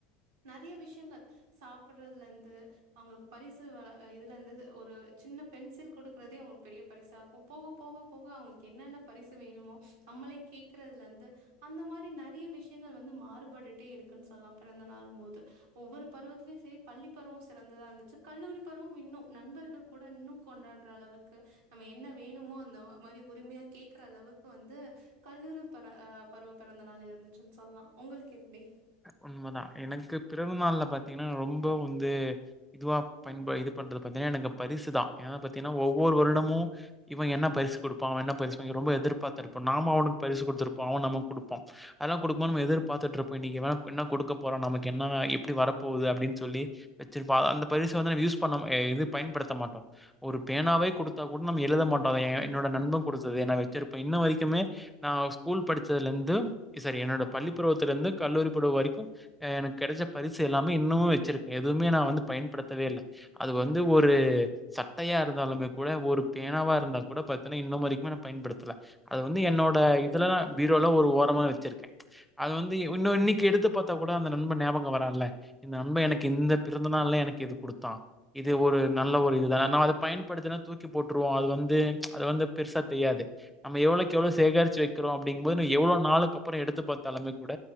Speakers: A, on the right; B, in the centre.
A: நறைய விஷயங்கள் சாப்படுறதுல இருந்து அவங்களுக்கு பரிசு வழ இதுல இருந்து ஒரு சின்ன பென்சில் குடுக்குறதே அவுங்களுக்கு பெரிய பரிசா இருக்கோ போக போக போக அவங்களுக்கு என்னென்ன பரிசு வேணுமோ அம்மளே கேக் விக்கறதுல இருந்து அந்த மாரி நறைய விஷயங்கள் வந்து மாறுபட்டுட்டே இருக்குன்னு சொல்லலா பிறந்த நாள் போது ஒவ்வொரு பருவத்திலயும் சரி பள்ளி பருவம் சிறந்ததா இருந்துச்சு கல்லூரி பருவம் இன்னோ நண்பர்கள் கூட இன்னு கொண்டாடுற அளவுக்கு நம்ம என்ன வேணுமோ அந்த மாரி உரிமையா கேக்குற அளவுக்கு வந்து கல்லூரி பள்ளி பருவ பெறந்த நாள் இருந்துச்சுனு சொல்லலா உங்குளுக்கு எப்டி
B: உண்மதா எனக்கு பிறந்தநாள்ல பாத்தீங்கன்னா ரொம்ப வந்து இதுவா பயப இது பண்றது பாத்தீங்கன்னா எனக்கு பரிசுதா ஏனா பாத்தீங்கன்னா ஒவ்வொரு வருடமு இவ என்ன பரிசு குடுப்பா அவ என்ன பரிசு வாங் ரொம்ப எதிர்பார்த்து இருப்பே நாமோ அவனுக்கு பரிசு கொடுத்துருப்போ அவ நமக்கு குடுப்பா அதெல்லா குடுக்கும்போ நம்மோ எதிர்பாத்துட்டுருப்போ இப்போ இன்னிக்கு வேணே என்ன கொடுக்க போறோ நமக்கு என்ன எப்டி வர போது அப்டின்னு சொல்லி வெச்சுருப்பாங் அந்த பரிச வந்து நம்ம யூஸ் பண்ணாம அ இது பயன்படுத்த மாட்டோ ஒரு பேனாவே குடுத்தா கூட நம்ம எழுத மாட்டோ அத என்னோட நண்ப குடுத்தது நா வெச்சிருப்ப இன்ன வரைக்குமே நா ஸ்கூல் படிச்சதுலேருந்து சரி என்னோட பள்ளிப்பருவத்துலேந்து கல்லூரி பருவோ வரைக்கோ எனக்கு கெடைச்ச பரிசு எல்லாமே இன்னமும் வெச்சிருக்கே எதுவுமே நா வந்து பயன்படுத்தவே இல்ல அது வந்து ஒரு சட்டையா இருந்தாலுமே கூட ஒரு பேனாவா இருந்தா கூட பாத்தீனா இன்னும் வரைக்குமே நான் பயன்படுத்தல அது வந்து என்னோட இதுல நா பீரோல ஒரு ஓரமா வெச்சிருக்கே அது வந்து இப் இன்னும் இன்னிக்கு எடுத்து பார்த்தா கூட அந்த நண்ப ஞாபகோ வரால இந்த நண்ப எனக்கு இந்த பிறந்த நாள்ல எனக்கு இது குடுத்தா இது ஒரு நல்ல ஒரு இதுதான நம் அத பயன்படுத்தினா தூக்கி போட்டுருவோ அது வந்து அது வந்து பெருசா தெரியாது நம்ம எவ்ளோக்கு எவ்ளோ சேகரிச் சு வைக்கறோ அப் அப்படிகும்போது எவ்ளோ நாளுக்கு அப்புறம் எடுத்து பார்த்தாலுமே கூட